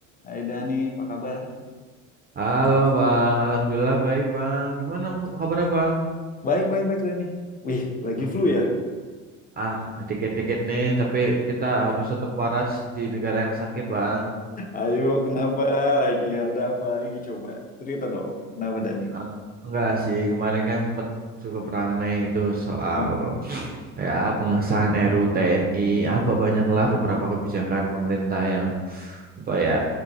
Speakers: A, on the left; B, on the right.
A: Hai Dani, apa kabar?
B: Halo Bang, Alhamdulillah baik Bang. Gimana mu- kabarnya Bang?
A: Baik, baik, baik Dani. Wih, lagi
B: Ah,
A: flu ya?
B: ah, dikit-dikit nih, tapi kita harus tetap waras di negara yang sakit Bang.
A: Ayo, kenapa lagi? Ada apa lagi? Coba cerita dong. Kenapa Dani?
B: Eng- Enggak sih, kemarin kan sempat cukup ramai itu soal
A: Hmm.
B: ya pengesahan RUU TNI, apa banyaklah beberapa kebijakan pemerintah yang apa ya